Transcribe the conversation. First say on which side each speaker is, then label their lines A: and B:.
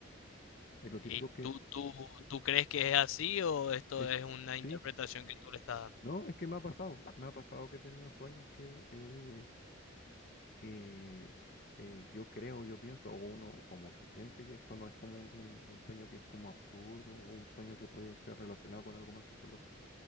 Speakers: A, on the left (about 45°); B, on the left (about 75°).
A: Es lo
B: ¿Y
A: típico que
B: tú, tú, tú crees que es así o esto
A: es,
B: es una
A: sí,
B: interpretación que tú le estás dando?
A: no, es que me ha pasado. Me ha pasado que he tenido sueños que eh, eh, s- eh, yo creo, yo pienso, o uno como que siente que esto no es como un, un- un sueño que es como absurdo o un sueño que puede ser relacionado con algo más psicológico,